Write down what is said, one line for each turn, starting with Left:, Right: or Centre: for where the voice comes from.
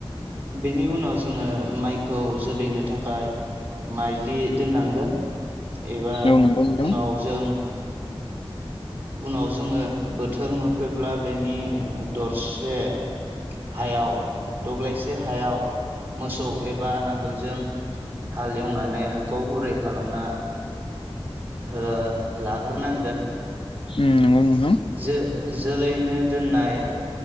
Right: बेनि उनाव जोङो माइखौ जोलैनो थाखाय माइदलि दोन्नांगोन। एबा
Left: औ नंगौ नोंथां
Right: उनाव जों उनाव जोङो बोथोर मोनफैब्ला बेनि ओ दरसे हायाव दब्लायसे हायाव मोसौ एबा नांगोलजों हाल एवनानै हाखौ गुरै खालामना हो लाग्रोनांगोन
Left: उम नोंगौ नों
Right: जो-जोलैनो दोननाय